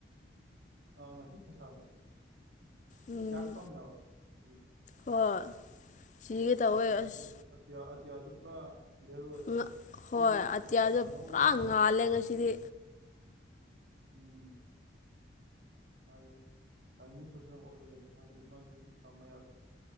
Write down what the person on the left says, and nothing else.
ꯎꯝ
ꯍꯣꯏ ꯁꯤꯒꯦ ꯇꯧꯋꯦ
ꯑꯁ
ꯉ
ꯍꯣꯏ ꯑꯇꯤꯌꯥꯁꯦ
ꯄꯨꯔꯥ
ꯉꯥꯜꯂꯦ
ꯉꯁꯤꯗꯤ